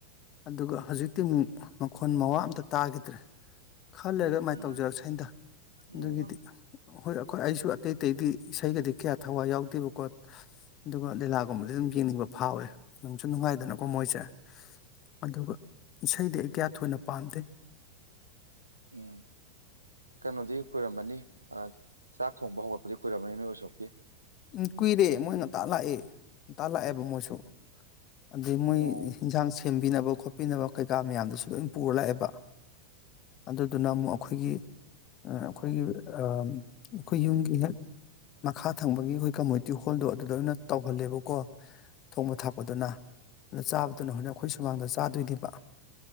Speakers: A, on the left; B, on the right.
A: ꯑꯗꯨꯒ ꯍꯧꯖꯤꯛ ꯇꯤꯃꯨꯛ ꯃꯈꯣꯟ ꯃꯋꯥ ꯑꯝꯇ ꯇꯥꯈꯤꯗ꯭ꯔꯦ ꯈꯜꯂꯒ ꯑꯗꯨꯃꯥꯏꯅ
B: ꯎꯝ
A: ꯇꯧꯖꯔꯁꯦ ꯑꯗ ꯑꯗꯨꯒꯤꯗꯤ
B: ꯎꯝ
A: ꯍꯣꯏ ꯑꯩꯈꯣꯏ ꯑꯩꯁꯨ ꯑꯇꯩ ꯑꯇꯩꯗꯤ ꯏꯁꯩꯒꯗꯤ ꯀꯌꯥ ꯊꯋꯥꯏ ꯌꯥꯎꯗꯦꯕꯀꯣ ꯑꯗꯨꯒ ꯂꯤꯂꯥꯒꯨꯝꯕꯗꯤ ꯑꯗꯨꯝ ꯌꯦꯡꯅꯤꯡꯕ ꯐꯥꯎꯋꯦ ꯅꯨꯡꯁꯨ ꯅꯨꯡꯉꯥꯏꯗꯅꯀꯣ ꯃꯣꯏꯁꯦ ꯑꯗꯨꯒ ꯏꯁꯩꯗꯤ ꯑꯩ ꯀꯌꯥ ꯊꯣꯏꯅ ꯄꯥꯝꯗꯦ
B: ꯎꯝ ꯀꯩꯅꯣꯗꯤ ꯀꯨꯏꯔꯝꯃꯅꯤ ꯆꯥꯛ ꯊꯣꯡꯕ ꯍꯧꯒꯠꯄ ꯑꯗꯨꯩ ꯀꯏꯔꯔꯕꯃꯤ ꯅ ꯑꯣꯏ ꯁꯣꯛꯀꯦ
A: ꯎꯝ ꯀꯨꯏꯔꯦ ꯃꯣꯏ ꯉ ꯇꯥ ꯂꯥꯛꯑꯦ ꯉ ꯇꯥ ꯂꯥꯛꯑꯦꯕ ꯃꯣꯏꯁꯨ ꯑꯗꯩ ꯃꯣꯏ
B: ꯑꯣ
A: ꯌꯦꯟꯁꯥꯡ ꯁꯦꯝꯕꯤꯅꯕ ꯈꯣꯠꯄꯤꯅꯕ ꯀꯩꯀꯥ ꯃꯌꯥꯝꯗꯨꯁꯨ ꯂꯣꯏ ꯄꯨꯔ ꯂꯥꯛꯑꯦꯕ ꯑꯗꯨꯗꯨꯅ ꯑꯃꯨꯛ ꯑꯩꯈꯣꯏꯒꯤ ꯑꯩꯈꯣꯏꯒꯤ ꯑꯩꯈꯣꯏ ꯌꯨꯝꯒꯤ ꯍꯦꯛ ꯃꯈꯥ ꯊꯪꯕꯒꯤ ꯑꯩꯈꯣꯏ ꯀꯝꯃꯨꯅꯤꯇꯤ ꯍꯣꯜꯗꯣ ꯑꯗꯨꯗ ꯑꯣꯏꯅ ꯇꯧꯍꯜꯂꯦꯕꯀꯣ ꯊꯣꯡꯕ ꯊꯥꯛꯄꯗꯨꯅ ꯑꯗꯨ ꯆꯥꯕꯗꯨꯅ ꯍꯣꯔꯛ ꯑꯩꯈꯣꯏ ꯁꯨꯃꯥꯡꯗ ꯆꯥꯗꯣꯏꯅꯦꯕ